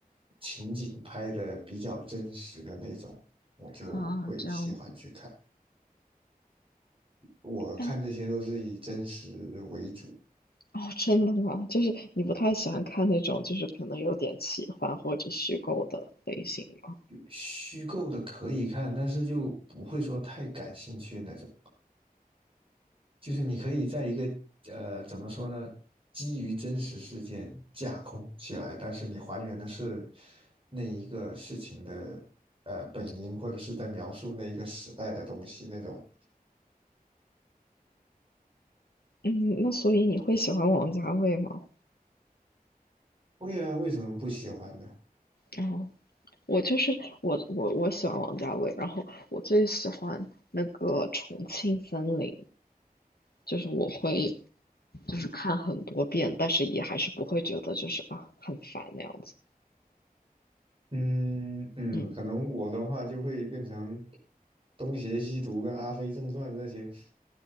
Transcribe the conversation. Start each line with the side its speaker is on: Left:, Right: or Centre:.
Right: 情景拍的比较真实的那种，我就会喜欢去看。
Left: 啊，这样子，
Right: 我看这些都是以真实为主，
Left: 但哦，真的吗？就是你不太喜欢看那种就是可能有点奇幻或者虚构的类型吗？
Right: 虚构的可以看，但是就不会说太感兴趣那种。就是你可以在一个呃，怎么说呢，基于真实事件架空起来，但是你还原的是那一个事情的呃本因，或者是在描述那一个时代的东西那种。
Left: 嗯，那所以你会喜欢王家卫吗？
Right: 会啊，为什么不喜欢呢？
Left: 哦，我就是我我我喜欢王家卫，然后我最喜欢那个《重庆森林》，就是我会就是看很多遍，但是也还是不会觉得就是啊很烦那样子。
Right: 嗯嗯，
Left: 嗯
Right: 可能我的话就会变成东邪西毒跟阿飞正传这些。